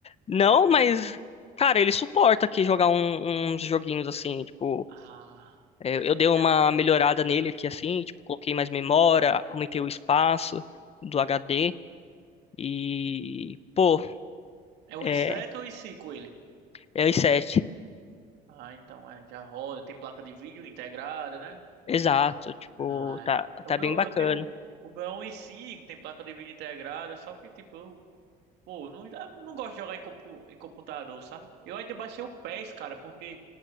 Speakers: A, on the left (about 35°); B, on the right (about 80°).
A: Não, mas Cara, ele suporta aqui jogar um- uns joguinhos assim, tipo.
B: Ah,
A: É, eu dei uma
B: é,
A: melhorada nele aqui assim, tipo, coloquei mais memória, aumentei o espaço do HD e, pô,
B: é um
A: é,
B: i7 ou i5 ele?
A: é i7.
B: Ah, então, é, já roda. Tem placa de vídeo integrada, né?
A: Exato, tipo,
B: Ah,
A: tá,
B: é.
A: tá
B: o meu,
A: bem bacana.
B: eu tenho, o meu é um 1.5, tem placa de vídeo integrada, só que tipo, eu, pô, não, eu não gosto de jogar em, compu- em computador, sabe? Eu ainda baixei o PES, cara, porque